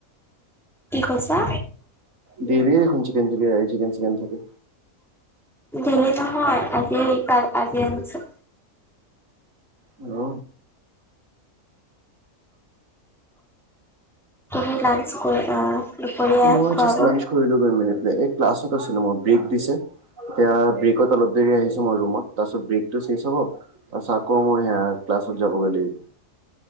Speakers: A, in the centre; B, on the right.
A: কি কৈছা?
B: দেইলিয়ে দেখোন চিকেন - চিকেন চিকেন- চিকেন থাকে।
A: দেইলি নহয়। আজি কা আজি আনিছোঁ।
B: অ।
A: তুমি লাঞ্চ কৰি অ। দুপৰীয়া
B: মই
A: খুৱাব
B: জাষ্ট লাঞ্চ কৰিলো গৈ মেলি পেলাই এই ক্লাছত আছিলো মই ব্ৰেক দিছে এতিয়া ব্ৰেকত অলপ দেৰি আহিছোঁ। তোমাৰ ৰুমত তাৰপিছত ব্ৰেকটো চেঞ্জ হ'ব। তাৰ পিছত আকৌ মই ৰুমত যাবগে লাগিব।